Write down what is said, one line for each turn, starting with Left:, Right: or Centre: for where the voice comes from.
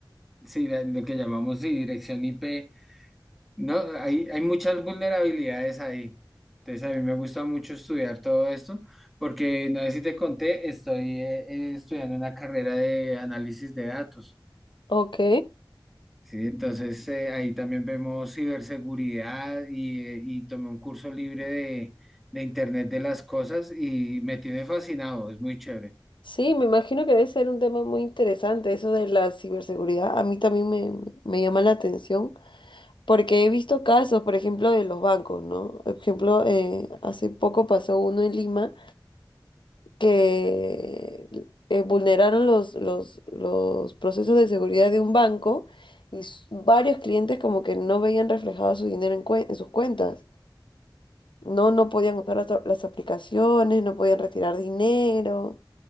Centre: sí, la- lo que llamamos sí, dirección IP. No, hay, hay muchas vulnerabilidades ahí. Entonces, a mí me gusta mucho estudiar todo esto, porque no sé si te conté, estoy eh, eh, estudiando una carrera de análisis de datos.
Left: Ok,
Centre: Sí, entonces eh, ahí también vemos ciberseguridad y, eh, y tomé un curso libre de, de Internet de las Cosas y me tiene fascinado, es muy chévere.
Left: sí, me imagino que debe ser un tema muy interesante eso de la ciberseguridad. A mí también me, me- me llama la atención porque he visto casos, por ejemplo, de los bancos, ¿no? Por ejemplo, eh, hace poco pasó uno en Lima que eh, vulneraron los, los, los procesos de seguridad de un banco y s- varios clientes como que no veían reflejado su dinero en, cuen- en sus cuentas. No, no podían usar las, las aplicaciones, no podían retirar dinero.